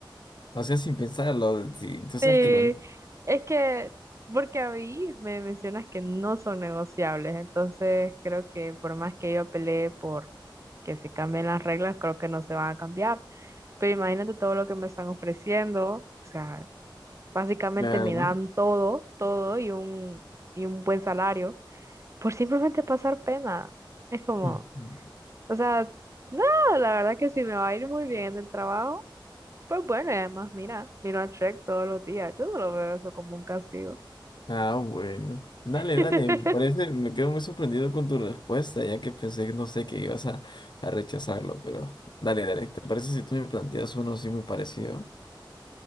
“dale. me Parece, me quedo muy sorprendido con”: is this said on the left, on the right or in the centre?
Left